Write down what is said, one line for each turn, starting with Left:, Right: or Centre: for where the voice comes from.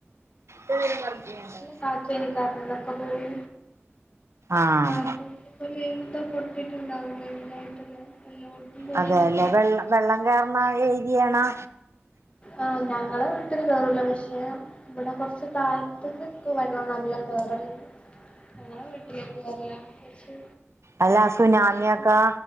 Right: ന്നി. <unintelligible>
Left: കാറ്റാണ് കറണ്ട് ഒക്കെ പോയി.
Right: ആഹ്
Left: ആപ്പനന്ത. <unintelligible> പൊട്ടിട്ടുണ്ടാവും മെയിനായിട്ടുള്ള. എല്ലോടത്തും പോയിനന്ന്
Right: അതെല്ലേ,
Left: പറഞ്ഞു
Right: വെള്ള വെള്ളം കയറണ ഏരിയാണോ?
Left: ആഹ് ഞങ്ങളെ വീട്ടില് കേറൂല പക്ഷെ ഇവിടെ കുറച്ച് താഴത്തേക്ക് വെള്ളം നല്ലം കേറല്ണ്ട് ഞങ്ങളെ വീട്ടിലേക്ക് കേറ്ല്ലാ പക്ഷെ
Right: അല്ലാ സുനാമിയാക്കാ